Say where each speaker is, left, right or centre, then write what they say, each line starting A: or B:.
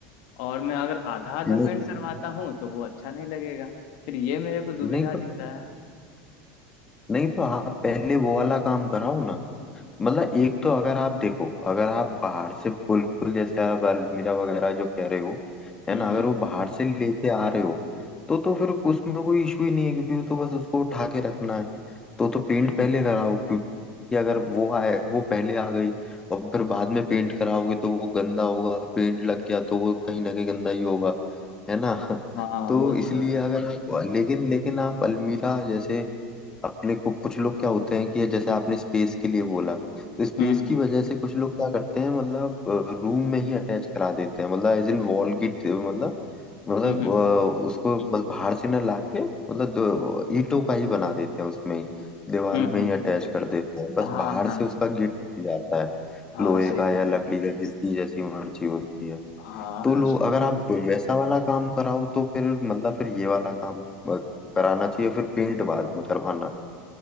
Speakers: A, on the left; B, on the left.
A: और मैं अगर आधा आधा
B: नहीं
A: पेंट करवाता हूँ तो वो अच्छा नहीं लगेगा फिर ये मेरे को दुविधा
B: नहीं तो
A: दिख रहा है
B: नहीं तो आप पहले वो वाला काम कराओ ना मतलब एक तो अगर आप देखो अगर आप बाहर से बिल्कुल जैसे आप अलमीरा वगैरह जो कह रहे हो है
A: हम्म
B: ना अगर
A: हम्म
B: वो बाहर से लेके आ रहे हो तो तो फिर उसमें कोई इशू ही नहीं है क्योंकि वो तो बस उसको उठा के रखना है तो तो पेंट
A: हम्म,
B: पहले
A: हम्म,
B: कराओ क्योंकि अगर वो आए वो पहले आ गई और फिर बाद में पेंट कराओगे तो वो गंदा होगा पेंट लग गया तो वो कहीं ना कहीं गंदा ही होगा है ना <laughs>
A: हाँ
B: तो
A: वो तो
B: इसलिए
A: है
B: अगर आप लेकिन लेकिन आप अलमीरा जैसे अपने को कुछ लोग क्या होते हैं कि जैसे आपने स्पेस के लिए बोला तो स्पेस
A: हम्म हम्म
B: की वजह से कुछ लोग क्या करते हैं मतलब रूम में ही अटैच करा देते हैं मतलब एज इन वॉल की मतलब मतलब
A: हम्म हम्म
B: अ, उसको बस बाहर से ना लाके मतलब दो- ईंटों का ही बना देते हैं उसमें ही दीवार
A: हम्म,
B: में
A: हम्म,
B: ही अटैच
A: हम्म।
B: कर देते हैं बस
A: हाँ
B: बाहर
A: हाँ
B: से उसका गेट जाता है
A: हाँ
B: लोहे
A: सही
B: का
A: बात
B: या लकड़ी
A: है
B: का जिसकी जैसी मर्जी होती है
A: हाँ
B: तो
A: हाँ
B: लोग
A: सही
B: अगर
A: बात
B: आप वैसा वाला काम कराओ तो फिर मतलब फिर ये वाला काम अ, कराना चाहिए फिर पेंट बाद में करवाना